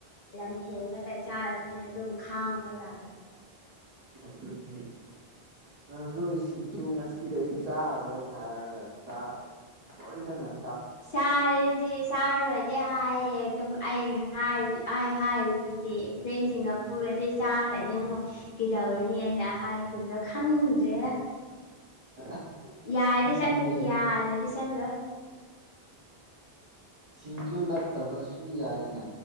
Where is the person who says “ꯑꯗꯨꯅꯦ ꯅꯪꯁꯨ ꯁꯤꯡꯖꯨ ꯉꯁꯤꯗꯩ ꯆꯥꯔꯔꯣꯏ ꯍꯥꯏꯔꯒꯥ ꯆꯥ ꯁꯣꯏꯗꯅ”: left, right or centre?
Right